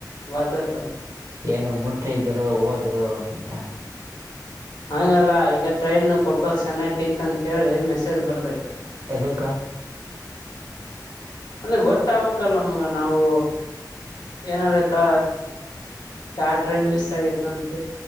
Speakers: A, on the left; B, on the right.
A: ಬರ್ತೈತ
B: ಏನು ಮುಟ್ಟಿದ್ರು ಹೋದ್ರು ಅಂತ
A: ಹಂಗಲ್ಲ ಈಗ ಟ್ರೈನ್ ಕೊಪ್ಪಕ್ ಸಣಯಕ್ತಂತೇಳಿ ಮೆಸೇಜ್ ಬರ್ತೈತಿ
B: ಎದಕ್ಕಾ
A: ಅಂದ್ರೆ ಗೊತ್ತಾಗಬೇಕಕ್ಲ್ಲಮ್ಮಗ ನಾವು ಏನಾರ ತ ಚಾರ್ ಮಸ್ ಆತಂತ